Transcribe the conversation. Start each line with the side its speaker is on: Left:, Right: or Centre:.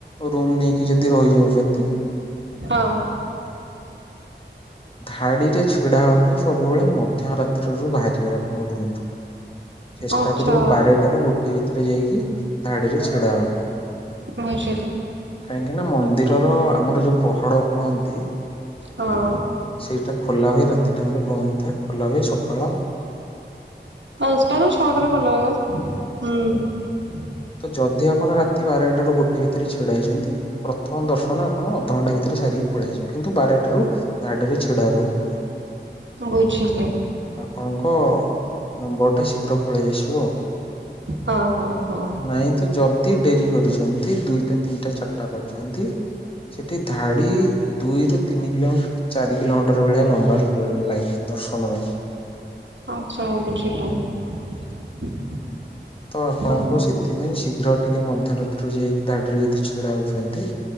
Left: ରୁମ୍ ନେଇକି ଯଦି ରହିଯାଉଚନ୍ତି।
Right: ହଁ।
Left: ଧାଡିରେ ଛିଡା ହବା ପାଇଁ ସବୁବଳେ ମ ମଧ୍ୟ ରାତ୍ରରୁ ବାହାରିବେ ଆପଣ ରୁମ୍ ରୁ। ଚେଷ୍ଟା
Right: ଆଚ୍ଛା।
Left: କରିବେ ବାରଟା ରୁ ଗୋଟେ ଭିତରେ ଯାଇକି ଧାଡିରେ ଛିଡା ହେବା ପାଇଁ।
Right: ମୁଁ ଇସ୍
Left: କାହିଁକି ନା ମନ୍ଦିରର ଆମର ଯୋଉ ପହଡ଼ କୁହନ୍ତି।
Right: ହଁ
Left: ସେଇଟା ଖୋଲା ହୁଏ ରାତି ଟାଇମ୍ ରେ ବନ୍ଦ ଥାଏ ଖୋଲା ହୁଏ ସକାଳ
Right: ପାଞ୍ଚ ଟା ନା ଛଅଟା ରେ ଖୋଲା ହୁଏ ହୁଁ।
Left: ହଁ ଯଦି ଆପଣ ରାତି ବାରଟାରୁ ଗୋଟେ ଭିତରେ ଛିଡା ହେଇଛନ୍ତି ପ୍ରଥମ ଦର୍ଶନ ଆପଣ ଅଧଘଣ୍ଟା ଭିତରେ ସାରିବେ। ପଳେଇ‌ ଆସିବେ କିନ୍ତୁ ବାରଟାରୁ ଧାଡ଼ି ରେ ଛିଡା ହେବାକୁ ପଡ଼ିବ।
Right: ବୁଝିିଲି।
Left: ଆପଣଙ୍କ ନମ୍ବର ଟା ଶୀଘ୍ର ପଳେଇ ଆସିବ ଆଉ।
Right: ହଁ ହଁ ହଁ।
Left: ନାଇଁ ତ ଯଦି ଡେରି କରିଚନ୍ତି ଦୁଇଟା ତିନିଟା ଚାରିଟା କରୁଚନ୍ତି ସେଠି ଧାଡି ଦୁଇରୁୁ ତିନି କିଲୋମିଟର ଚାରି କିଲୋମିଟର ଭଳିଆ ଲମ୍ବା ଲାଇନ୍ ଦର୍ଶନ ପାଇଁ।
Right: ଆଚ୍ଛା ବୁଝିଲି <inaudible>
Left: ତ ଆପଣଙ୍କୁ
Right: ହଁ
Left: ସେଥିପାଇଁ ଶୀଘ୍ର ଟିକେ ମଧ୍ୟରାତ୍ରୁ ଯାଇକି ଧାଡିରେ ଯଦି ଛିଡା ହଉଛନ୍ତି